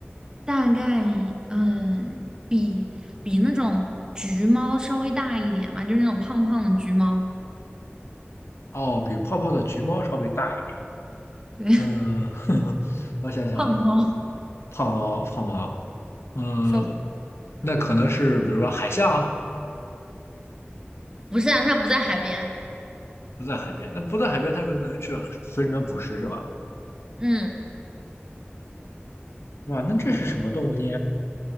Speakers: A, on the right; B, on the left.
A: 大概嗯比比那种橘猫稍微大一点嘛，就是那种胖胖的橘猫，
B: 哦，比泡泡的橘猫稍微大一点。
A: 对，
B: 嗯，
A: <laughs>
B: <laughs> 我想想啊，
A: 胖猫。
B: 胖猫，胖猫，嗯，
A: 小，
B: 那可能是比如说海象啊，
A: 不是啊，它不在海边。
B: 不在海边，那不在海边，它有可能去水里面捕食，是吧？
A: 嗯，
B: 哇，那这是什么动物呢？